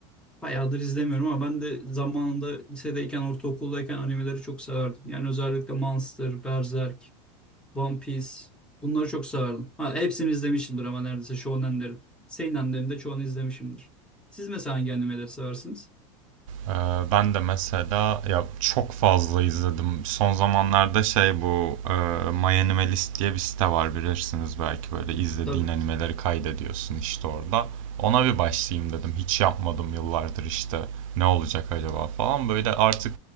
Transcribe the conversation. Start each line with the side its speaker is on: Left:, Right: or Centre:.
Centre: Bayağıdır izlemiyorum ama ben de zamanında lisedeyken, ortaokuldayken animeleri çok severdim. Yani özellikle Monster, Berserk, One Piece bunları çok severdim. Ha, hepsini izlemişimdir ama neredeyse shonenlerin. Seinenlerin de çoğunu izlemişimdir. Siz mesela hangi animeleri seversiniz?
Right: Ee, ben de mesela ya çok fazla izledim. Son zamanlarda şey bu e, My Animalist diye bir site var bilirsiniz belki böyle izlediğin
Centre: Tabii.
Right: animeleri kaydediyorsun işte orada. Ona bir başlayayım dedim. Hiç yapmadım yıllardır işte. Ne olacak acaba falan. Böyle artık